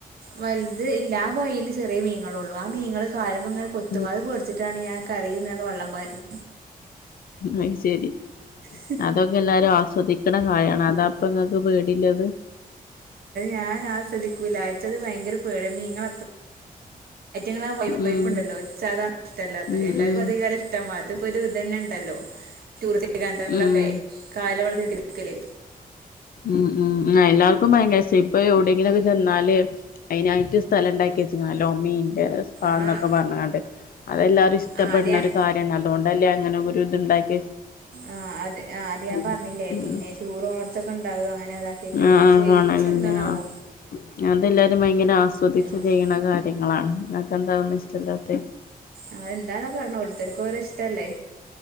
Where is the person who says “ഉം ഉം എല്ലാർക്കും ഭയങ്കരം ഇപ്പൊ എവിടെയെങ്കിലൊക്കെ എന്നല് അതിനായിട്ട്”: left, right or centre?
Left